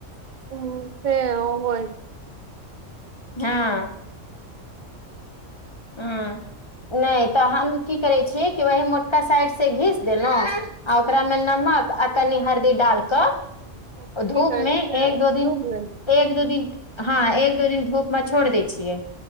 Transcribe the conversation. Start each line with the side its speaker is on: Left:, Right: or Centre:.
Right: ह से होइत
Left: हँ हँ नहि तऽ हम की करै छियै कि वही मोटका साइड से घीस देलहुं आ ओकरामे नमक मक आ कनी हरदी डाल क
Right: की
Left: धूप
Right: करै
Left: मे
Right: छियै
Left: एक दू दिन
Right: डूब गेल
Left: एक दू दिन हँ एक दू दिन धूपमे छोड़ि दै छियै